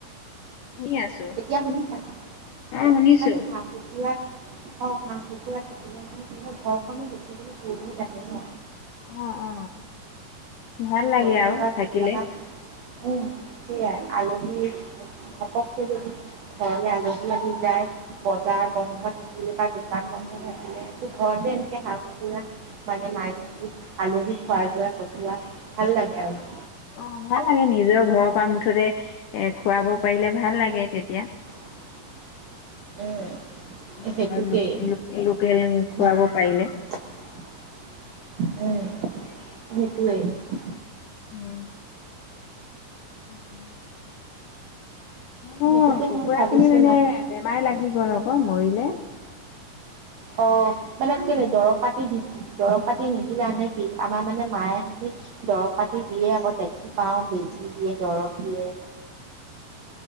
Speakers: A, on the left; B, on the right.
A: শুনি আছো।
B: এতিয়া শুনিছা
A: অ
B: অহ
A: শুনিছো
B: মানে হাঁহ কুকুৰা অহ হাঁহ কুকুৰা থাকিলে মানে কিহ হয় ঘৰখনো দেখিবলৈ শুৱনি দেখে ন
A: অ অ ভাল লাগে
B: ধৰি
A: আৰু
B: লোৱা কেতিয়াবা
A: থাকিলে।
B: উম সেইয়া আলহী ঘপকে যদি ঘৰলে আলহী আহি যায় বজাৰ বন্ধ থাকিলে বা দোকান বন্ধ থাকিলে এইটো ঘৰতে এনেকে হাঁহ কুকুৰা মানে মাৰি আলহীক খোৱা বোৱাই পঠিওৱা ভাল লাগে আৰু
A: অহ ভাল লাগে নিজৰ ঘৰৰ পৰা মুঠতে এ খোৱাৰ পাৰিলে ভাল লাগে তেতিয়া
B: <unintelligible> উম,
A: ঘৰৰ
B: সেইটোকেই
A: লোক লোক লোকেল খোৱাব
B: ন
A: পাৰিলে
B: উম সেইটোৱে
A: উম উম ও মোৰ
B: সেইটোকে
A: কুকুৰা
B: মই ভাবিছো
A: খিনি মানে বেমাৰ লাগি গল আকৌ মৰিলে
B: অহ মানে কেলে দৰৱ পাতি দি দৰৱ পাতি নিদিলা নে কি আমাৰ মানে মায়ে দৰৱ পাতি দিয়ে আকৌ দেখি পাওঁ বেজি দিয়ে দৰৱ দিয়ে